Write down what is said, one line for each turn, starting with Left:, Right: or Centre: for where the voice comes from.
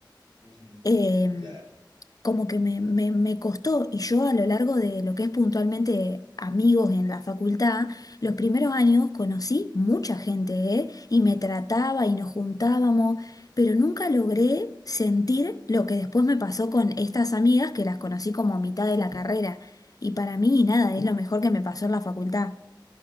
Right: Ujú.
Left: Em,
Right: Claro.
Left: como que me, me,
Right: Y,
Left: me costó, y yo a lo largo de lo que es puntualmente amigos en la facultad, los primeros años conocí mucha gente, ¿eh? Y me trataba y nos juntábamos, pero nunca logré sentir lo que después me pasó con estas amigas que las conocí como a mitad de la carrera. Y para mí, nada, es lo mejor que me pasó en la facultad.